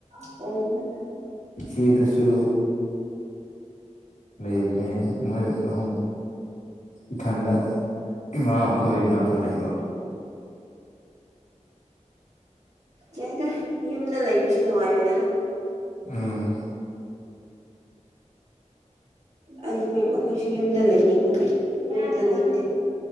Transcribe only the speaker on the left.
ꯏꯆꯦꯗꯨꯁꯨ ꯂꯩꯕꯅꯦ ꯃꯣꯏ ꯑꯍꯨꯝ ꯏꯊꯟꯗ ꯏꯃꯥ ꯑꯩꯈꯣꯏ ꯃꯅꯥꯛꯇ ꯂꯩꯕ
ꯎꯝ